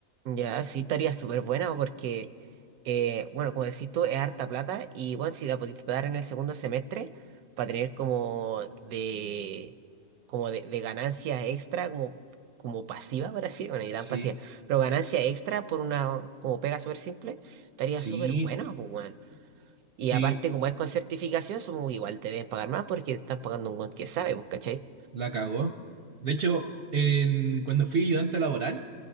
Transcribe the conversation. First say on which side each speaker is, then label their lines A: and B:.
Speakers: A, on the right (about 80°); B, on the right (about 60°).
A: Ya, sí, estaría súper buena porque, eh, bueno, como decís tú, es harta plata y, bueno, si la pudiste pagar en el segundo semestre para tener como de, como de, de ganancias extra, como, como pasiva, por así, bueno, ni tan
B: Sí,
A: pasiva, pero ganancia extra por una, como pega súper simple, estaría
B: sí,
A: súper buena, pues, bueno. Y
B: sí,
A: aparte, como es con certificación, supongo que igual te deben pagar más porque te están pagando un buen que sabe, pues, ¿cachai?
B: la cagó. De hecho, en, cuando fui ayudante laboral,